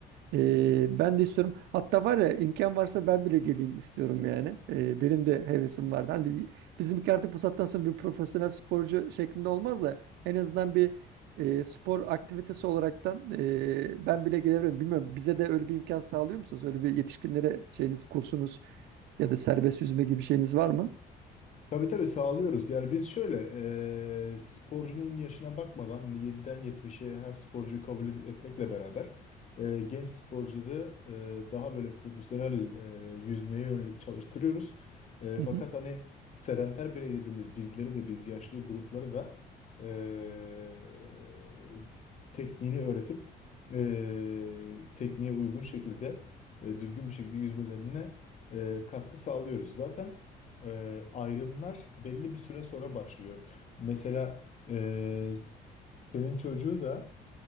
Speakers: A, on the right (about 85°); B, on the left (about 45°).
A: E, ben de istiyorum. Hatta var ya imkan varsa ben bile geleyim istiyorum yani. E, benim de hevesim vardı. Hani bizimki artık bu saatten sonra bir profesyonel sporcu şeklinde olmaz da en azından bir e, spor aktivitesi olaraktan e, ben bile gelebilirim. Bilmiyorum bize de öyle bir imkan sağlıyor musunuz? Öyle bir yetişkinlere şeyiniz kursunuz ya da serbest yüzme gibi bir şeyiniz var mı?
B: Tabii tabii sağlıyoruz. Yani biz şöyle e, sporcunun yaşına bakmadan hani 7'den 70'e her sporcuyu kabul etmekle beraber e, genç sporcuları e, daha böyle profesyonel e, yüzmeye yönelik çalıştırıyoruz. E,
A: Hı
B: fakat
A: hı,
B: hani sedenter birey dediğimiz bizleri de biz yaşlı grupları da e, tekniğini öğretip e, tekniğe uygun şekilde e, düzgün bir şekilde yüzmelerine e, katkı sağlıyoruz. Zaten e, ayrımlar belli bir süre sonra başlıyor. Mesela e, senin çocuğu da